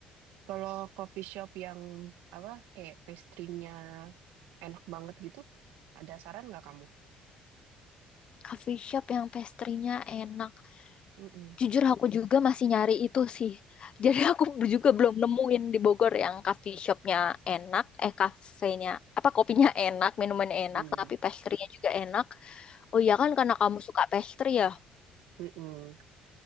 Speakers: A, on the right (about 85°); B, on the left (about 35°).
A: kalau coffee shop yang apa kayak pastry-nya enak banget gitu ada saran nggak kamu
B: Coffee shop yang pastry-nya enak.
A: Mhm.
B: Jujur aku juga masih nyari itu sih. Jadi aku <laughs> juga belum nemuin di Bogor yang coffee shopnya enak, eh kafenya, apa kopinya enak, minuman enak,
A: Mhm.
B: tapi pastry-nya juga enak. Oh iya kan karena kamu suka pastry ya?
A: Mhm. <laughs>